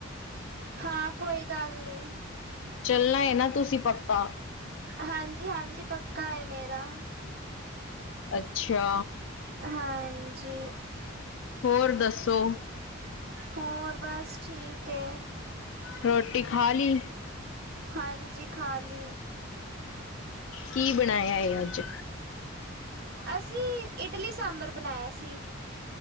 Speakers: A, on the right (about 50°); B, on the left (about 65°).
A: ਹਾਂ, ਕੋਈ ਗੱਲ ਨੀ।
B: ਚੱਲਣਾ ਏ ਨਾ ਤੁਸੀਂ ਪੱਕਾ?
A: ਹਾਂਜੀ ਹਾਂਜੀ, ਪੱਕਾ ਏ ਮੇਰਾ।
B: ਅੱਛਾ।
A: ਹਾਂਜੀ।
B: ਹੋਰ ਦੱਸੋ?
A: ਹੋਰ, ਬਸ ਠੀਕ ਏ।
B: ਰੋਟੀ ਖਾ ਲੀ?
A: ਹਾਂਜੀ ਖਾਲੀ।
B: ਕੀ ਬਣਾਇਆ ਏ ਅੱਜ?
A: ਅਸੀਂ ਇਡਲੀ ਸਾਂਬਰ ਬਣਾਇਆ ਸੀ।